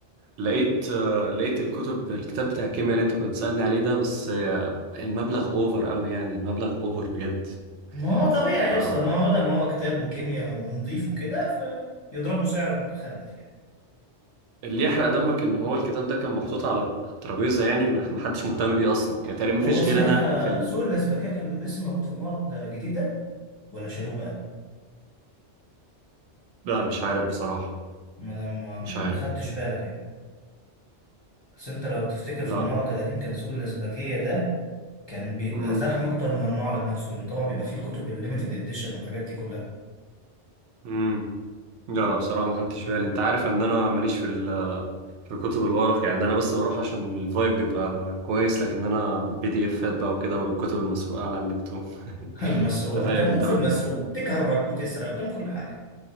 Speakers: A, on the right; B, on the left.
A: لقيت آه، لقيت الكتب الكتاب بتاع الكيمياء اللي انت كنت بتسألني عليه ده بس آه، المبلغ اوفر قوي يعني المبلغ اوفر بجد
B: ما هو
A: يعني،
B: طبيعي
A: آه،
B: يا اسطى ما هو بدل ما هو كتاب وكيمياء ونضيف وكده فيضربوا سعر متخلف يعني
A: اللي يحرق دمك ان هو الكتاب ده كان محطوط على على الترابيزة يعني ما ما حدش مهتم بيه اصلا يعني تقريبا مفيش
B: هو صحيح
A: غير انا
B: آه،
A: في ال...
B: سوق الأسبكية كان لسه موجود في المعرض الجديد ده ولا شالوه بقى
A: لا مش عارف بصراحة
B: ما انا ما ما
A: مش عارف
B: خدتش بالك يعني بس انت لو تفتكر في
A: لا
B: المعرض القديم كان سوق الأسبكية ده كان بيبقى
A: امم
B: زحمة أكتر من المعرض نفسه لأن طبعا بيبقى فيه الكتب الليميتد إديشن والحاجات دي كلها
A: امم لا لا بصراحه ما خدتش بالي انت عارف ان انا ماليش في ال- في الكتب الورق يعني انا بس بروح عشان الفايب بيبقى كويس لكن انا بي دي افات بقى وكده والكتب المسروقه على النت و- <laughs>
B: <laughs> المسروقة
A: انت فاهم
B: أنت هتموت
A: انت
B: في
A: بقى
B: المسروق تكرك وتسرق وتعمل كل حاجة